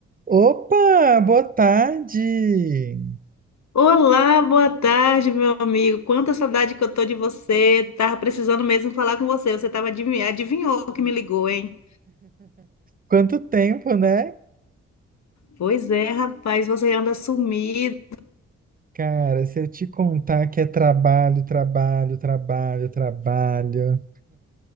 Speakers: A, on the right; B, on the left.
A: Opa, boa tarde!
B: Olá, boa tarde, meu amigo. Quanta saudade que eu tô de você. Tava precisando mesmo falar com você. Você tava adivinhando, adivinhou que me ligou, hein?
A: Quanto tempo, né?
B: Pois é, rapaz, você anda sumido.
A: Cara, se eu te contar que é trabalho, trabalho, trabalho, trabalho.